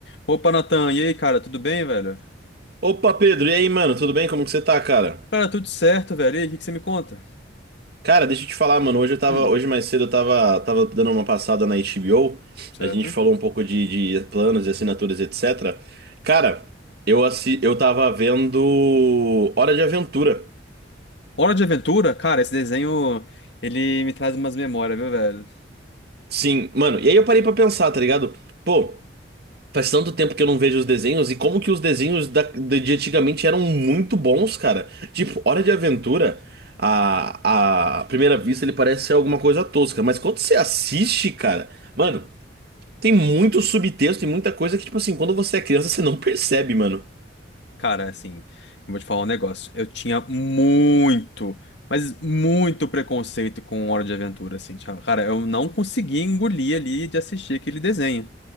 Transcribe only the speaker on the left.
Opa, Natan, e aí, cara, tudo bem, velho?
Cara, tudo certo, velho. E aí, o que que você me conta?
Hum,
certo.
Hora de Aventura? Cara, esse desenho, ele me traz umas memórias, viu, velho?
Cara, assim, eu vou te falar um negócio. Eu tinha muito, mas muito preconceito com Hora de Aventura, assim. Tipo, Cara, eu não conseguia engolir ali de assistir aquele desenho.